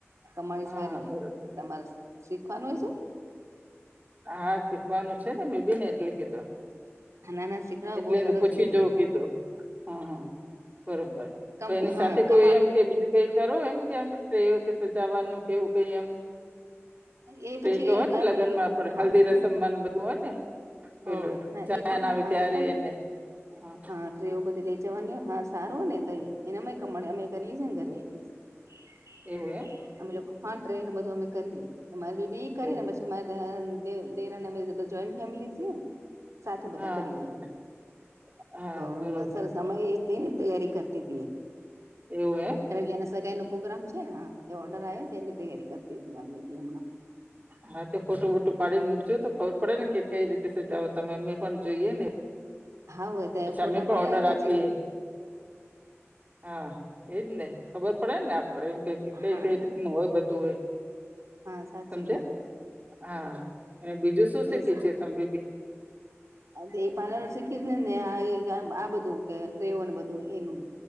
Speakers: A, on the right (about 85°); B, on the right (about 30°).
A: કમાણી
B: હા
A: સારી
B: હા બરોબર
A: એ તમારે શીખવાનું હોય શું?
B: હા શીખવાનું છે ને બેબી ને એટલે કીધું.
A: ના ના શીખડાવો
B: એટલે
A: બહુ સરસ
B: પૂછી
A: એમ
B: જોવું કીધું હા હા. બરોબર
A: કમ
B: તો એની
A: હા
B: સાથે કોઈ
A: કમા
B: એમ કે બીજું કઈ કરો એમ કે એમ પ્રયો કે સજાવાનું કેવું કઈ એમ.
A: એ
B: કે
A: પછી
B: હોય ને
A: ઘરમાં
B: લગ્ન
A: એ
B: માં આપડે
A: હા
B: હલ્દી રસમમા
A: હમ
B: બધું હોય ને. પેલું
A: હોવે ના
B: જાન
A: એ પણ
B: આવે
A: હા
B: ત્યારે
A: એ પણ
B: ને હા.
A: હા સ્ટ્રેઓ બધી લઇ જવાની હો ને હા સારું ને તો એનામાંય કમાણી અમે કરીએ છે ને ઘરે <inaudible>
B: એવુ એમ.
A: અમે લોકો હા ટ્રેને બધું અમે કરીએ મારી બેબી કરે
B: એવું
A: ને પછી મારા દે દે દેરાણી બધા જોઈન્ટ ફેમિલી છીએ સાથે બધા
B: હા
A: કરીએ એમ.
B: <inaudible>
A: તો
B: બરોબર
A: સર સમય તેની તૈયારી કરતી હતી એ.
B: એવું હે.
A: રવિ અને સગાઈ નો પ્રોગ્રામ છે ને હા તે ઓર્ડર આવ્યો તો એની તૈયારી કરતી હતી મારી બેબી હમણાં.
B: હા તો ફોટું બોટું પાડીને મૂકજો તો ખબર પડે ને કે કઈ રીતે સજાવો તમે અમે પણ જોઈએ ને.
A: હા હોય તો
B: પછી
A: ફોટા
B: અમે પણ
A: પાડે
B: ઓર્ડર
A: ને
B: આપીએ.
A: હજી
B: હા એજ ને ખબર પડે ને આપડે એમ કે કઈ કઈ
A: હા
B: રીતે હોય બધું હોય.
A: હા સાચી
B: સમજ્યા
A: વાત
B: હા અને બીજું શું શીખ્યું
A: એ
B: છે તમ બેબી?
A: એ પાર્લર શીખી ને ને આ બધું કે ટ્રે ઓને બધું એનું.